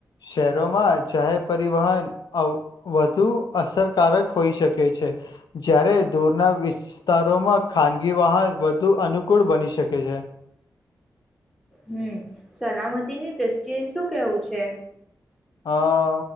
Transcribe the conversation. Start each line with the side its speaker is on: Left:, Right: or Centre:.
Left: શહેરોમાં જાહેર પરિવહન અવ વધુ અસરકારક હોઈ શકે છે. જયારે દૂરના વિસ્તારોમાં ખાનગી વાહન વધુ અનુકૂળ બની શકે છે
Centre: હમ સલામતીની દ્રષ્ટિએ શું કેવું છે
Left: હા